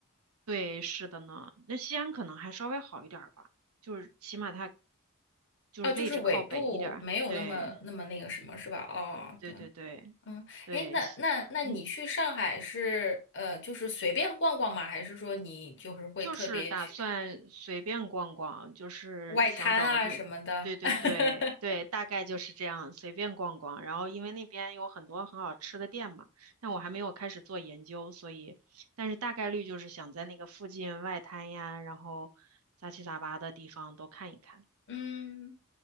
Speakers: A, on the right; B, on the left.
A: 对，是的呢，那西安可能还稍微好一点儿吧，就是起码它
B: <laughs>
A: 就是位置靠北一点儿，
B: 哦，就是纬度没有那么那么那个什么是吧？
A: 对。
B: 哦，
A: 对对对
B: 对，嗯，
A: 对，
B: 哎，那那那你去上海是呃就是随便逛逛吗？
A: 西嗯，
B: 还是说你就是会特别去
A: 就是打算随便逛逛，就是想找个地，
B: 外滩啊什么的？
A: 对对对对，
B: <laughs>
A: 大概就是这样，随便逛逛。然后因为那边有很多很好吃的店嘛，但我还没有开始做研究，所以，但是大概率就是想在那个附近外滩呀，然后杂七杂八的地方都看一看。
B: 嗯。